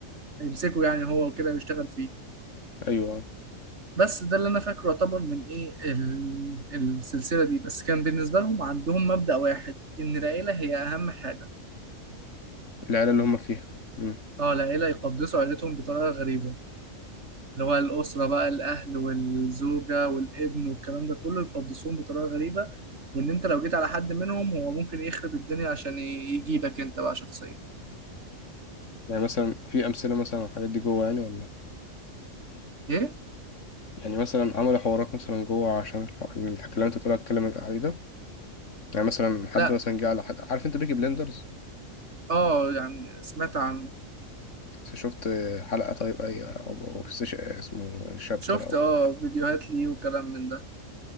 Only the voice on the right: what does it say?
هيمسكه يعني هو وكده ويشتغل فيه
بس ده اللي أنا فاكره يعتبر من إيه ال... السلسلة دي بس كان بالنسبة لهم عندهم مبدأ واحد إن العيلة هي أهم حاجة
اه العيلة يقدسوا عيلتهم بطريقة غريبة اللي هو الأسرة بقى الأهل والزوجة والابن والكلام ده كله يقدسوهم بطريقة غريبة وإن أنت لو جيت على حد منهم هو ممكن يخرب الدنيا عشان ي- يجيبك أنت بقى شخصيا
إيه؟
لأ
اه يعني سمعت عنه
شفت
اه فيديوهات ليه وكلام من ده